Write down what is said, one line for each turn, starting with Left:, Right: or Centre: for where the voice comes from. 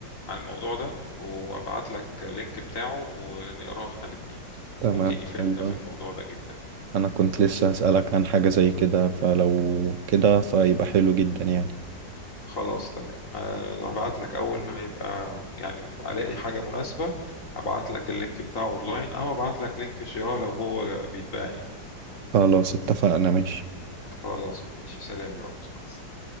Left: عن الموضوع ده وأبعت لك لينك بتاعه ونقراه إحنا الاتنين
Right: تمام
Left: ممكن يفيدنا
Right: حلو
Left: في
Right: أوي.
Left: الموضوع ده جدا
Right: أنا كنت لسه هسألك عن حاجة زي كده فلو كده فيبقى حلو جدا يعني
Left: خلاص تمام أه هبعت لك أول ما يبقى يعني ألاقي حاجة مناسبة هبعت لك اللينك بتاعه أونلاين أو هبعت لك لينك شراء لو هو بيتباع يعني
Right: خلاص اتفقنا ماشي
Left: خلاص ماشي سلام يا رامز مع السلامة